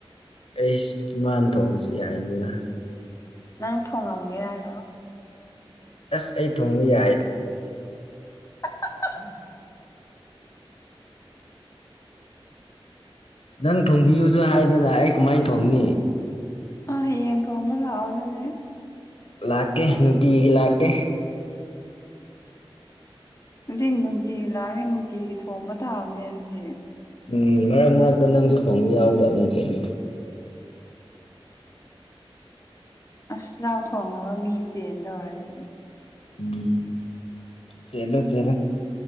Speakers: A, on the left; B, on the left.
A: ꯑꯩ ꯏꯃꯥꯟ ꯊꯣꯡꯁꯤ ꯌꯥꯏꯗꯅ
B: ꯅꯪ ꯊꯣꯡꯉꯝꯒꯦ ꯍꯥꯏꯔꯣ
A: ꯑꯁ ꯑꯩ ꯊꯣꯡꯉꯨ ꯌꯥꯏ
B: <unintelligible>
A: ꯅꯪ ꯊꯣꯡꯕꯤꯌꯨꯁꯨ ꯍꯥꯏꯗꯅ ꯑꯩ ꯀꯃꯥꯏꯅ ꯊꯣꯡꯅꯤ
B: ꯑ ꯌꯦꯟ ꯇꯣꯡꯝꯕ ꯂꯥꯎꯗꯗꯤꯦ
A: ꯏꯂꯥꯛꯀꯦ ꯅꯨꯇ ꯏꯂꯀꯦ
B: ꯑꯗꯨꯗꯤ ꯅꯨꯡꯇꯤꯒꯤ ꯂꯥꯛꯅꯤ ꯅꯨꯡꯇꯤꯒꯤ ꯊꯣꯡꯕ ꯇꯥꯕꯅꯦ ꯑꯗꯨꯗꯤ
A: ꯎꯝ ꯃꯔꯛ ꯃꯔꯛꯇ ꯅꯪꯁꯨ ꯊꯣꯡꯕ ꯌꯥꯎꯗꯕꯅꯤ ꯀꯩꯅꯣ
B: ꯑꯁ ꯆꯥꯛ ꯊꯣꯡꯅꯕ ꯃꯤ ꯆꯦꯟ ꯇꯧꯔꯦ ꯑꯗꯨꯗꯤ
A: ꯎꯝ ꯆꯂ ꯆꯦꯔ